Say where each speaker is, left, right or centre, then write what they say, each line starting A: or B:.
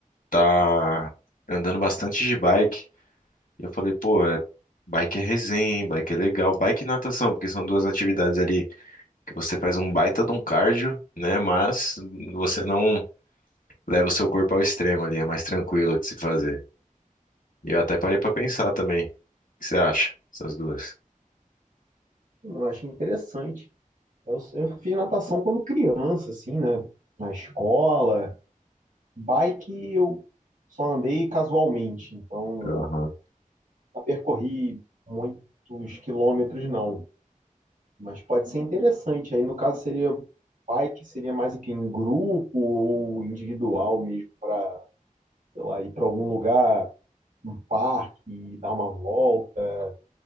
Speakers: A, on the left (about 75°); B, on the right (about 65°).
A: tá andando bastante de bike. E eu falei, pô, é, bike é resenha, hein? Bike é legal. Bike e natação, porque são duas atividades ali que você faz um baita de um cardio, né? Mas você não leva o seu corpo ao extremo ali, é mais tranquilo de se fazer. E eu até parei pra pensar também. O que você acha? Essas duas.
B: Eu acho interessante. Eu, eu fiz natação quando criança, assim, né? Na escola. Bike eu só andei casualmente, então
A: Aham.
B: não percorri muitos quilômetros, não. Mas pode ser interessante. Aí, no caso, seria bike, seria mais o que em grupo ou individual mesmo, para, sei lá, ir para algum lugar um parque, dar uma volta,